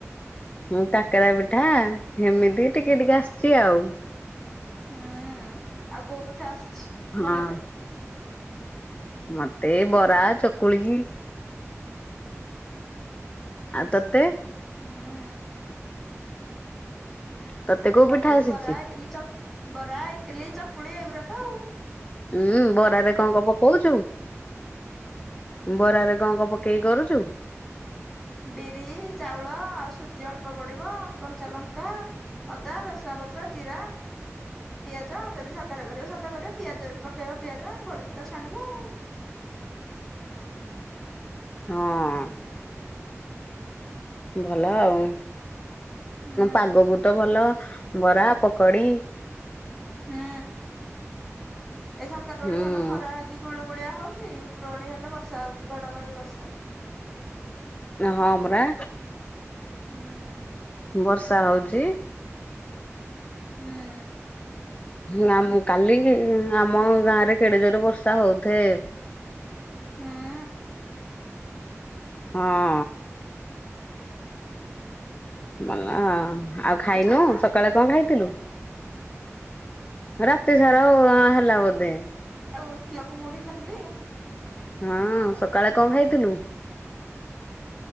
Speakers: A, on the left; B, in the centre.
A: ମୁଁ କାକେରା ପିଠା ହେମିତି ଟିକେ
B: ହୁଁ
A: ଟିକେ ଆସିଚି ଆଉ।
B: ହୁଁ ଆଉ କୋଉ ପିଠା ଆସିଛି?
A: ହଁ।
B: ଭଲରେ?
A: ମତେ ଏ ବରା ଚକୁଳି ହି। ଆଉ ତତେ?
B: ହୁଁ।
A: ତତେ କୋଉ
B: ମତେ
A: ପିଠା
B: ବି
A: ଆସିଛି?
B: ବରା, ଇଟିଲି, ଚପ୍, ବରା, ଇଟିଲି, ଚକୁଳି ଏଗୁୁରା ତ ଆଉ।
A: ଉୁଁ ବରାରେ କଣ କଣ ପକଉଚୁ? ବରାରେ କଣ କଣ ପକେଇକି କରୁଚୁ?
B: ବିରି ଚାଉଳ ଆଉ ସୁଜି ଅଳ୍ପ ପଡିବ କଞ୍ଚା ଲଙ୍କା। ଅଦା, ଭେରସୁଂଗା ପତ୍ର, ଜିରା। ପିଆଜ ଯଦି ସାଧାରେ କରିବ ସାଧା କରିବ ପିଆଜ ଯଦି ପକେଇବ ପିଆଜ ଗୋଳେଇକି ତ ଛାଣିବ ଆଉ।
A: ହଁ। ଭଲ ଆଉ
B: ହୁଁ
A: ପାଗକୁ ତ ଭଲ ବରା, ପକଡି।
B: ହୁଁ ଏ ସକାଳ ବୋଳି
A: ହୁଁ
B: ଭଲ ଖରା ହେଇ କି ଗୁଳୁମୁଳିଆ ହଉଛି ଉପରଉଳି ହେଲେ ବର୍ଷା ହଉଛି ଘଡଘଡି ବର୍ଷା।
A: ହଁ ପରା।
B: ହୁଁ
A: ବର୍ଷା ହଉଛି।
B: ହୁଁ
A: ନା ମୁଁ କାଲି ଆମ ଗାଁ ରେ କେଡେ ଜୋରରେ ବର୍ଷା ହଉଥଏ
B: ହୁଁ
A: ହଁ ଭଲ ଆଉ, ଆଉ ଖାଇନୁ
B: ଛାଡିଲା
A: ସକାଳେ କଣ ଖାଇଥିଲୁ? ରାତି ସାରା ହୋହା ହେଲା ବୋଧେ।
B: ଆଉ <unintelligible> ମୁଢି ଖାଇଥିଲି।
A: ହଁ ସକାଳେ କଣ ଖାଇଥିଲୁ?